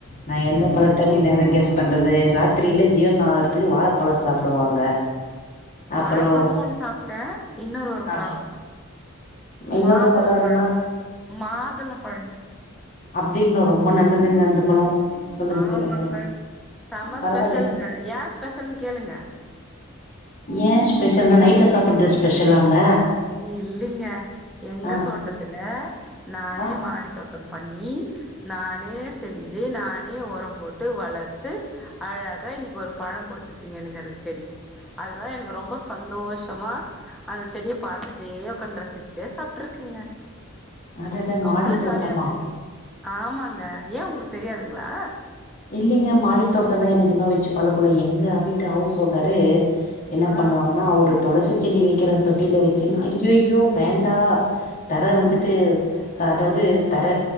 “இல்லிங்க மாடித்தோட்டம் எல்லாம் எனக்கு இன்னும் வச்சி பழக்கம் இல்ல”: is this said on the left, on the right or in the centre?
Left